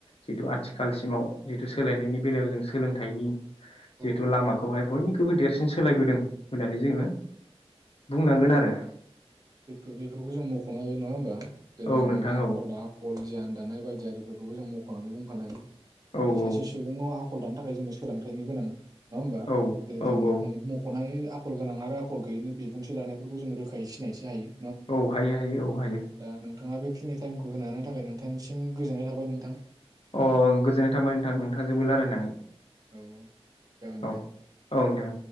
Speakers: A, on the left (about 65°); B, on the right (about 35°).
A: जिथु आ आथिखालसिमाव जिहेतु सोलायनायनि बेलायाव जों सोलोंथाइनि जिहेथु
B: औ
A: लामाखौहाय बयनि खौबो देरसिन सोलायबोदों। होनानै जोङो
B: औ
A: बुंनांगोन आरो
B: बे बेफोरखौ जों मख'नो हायो नङा होमबा जेरै
A: औ
B: जोङो
A: नोंथां
B: आखल
A: औ
B: दा आखल गियान दानाय बायदियफोरखौबो जों मख' मख'नानै बुंफानो हायो।
A: औ
B: दै
A: औ
B: सासे सुबुङ आखल दानो थाखाय जोनो सोलोंथाइनि गोनां। नङा होमबा
A: औ
B: जेरै
A: औ
B: जोङो
A: औ
B: मुंख'नाय आखल गोनां आरो आखल गोयैनि बिबुंथि लानायफोरखौ जों रोखायैनो सिना सिनायथि हायो
A: औ हायो हायो औ हायो।
B: दा नोंथाङा बेखिनि टाइमखौ होनानो थाखाय नोंथांसिम गोजोननाय थाबाय नोंथां।
A: अ गोजोननाय थाबाय नोंथां नोंथांजोंबो रायलायनानै।
B: औ जागोन
A: औ
B: दे।
A: ओं दे ओं